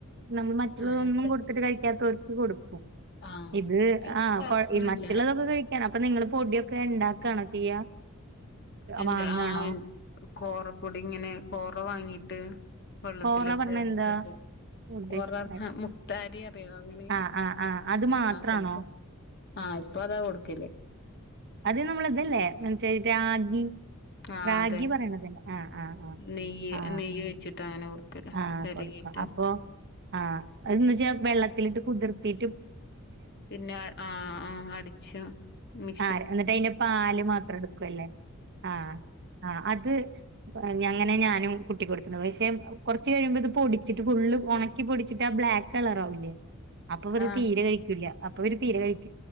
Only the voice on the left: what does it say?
ആഹ്
ആഹ്
കൊഴപ്പൊന്നുല്ല
എന്റെ
ആ കോറപ്പൊടി ങ്ങനെ കോറ വാങ്ങീട്ട് വെള്ളത്തിലിട്ടരച്ചിട്ട്
കോറ മുക്താരി അറിയോ അങ്ങനെ
ആ സാ ആ ഇപ്പൊ അതാ കൊടുക്കല്
ആ
അതെ
നെയ്യ്
നെയ്യ് വെച്ചിട്ട് അങ്ങനെ കൊടുക്കല
വെരകിട്ട്
പിന്നെ ആ ആ അടിച്ച് മി
ആ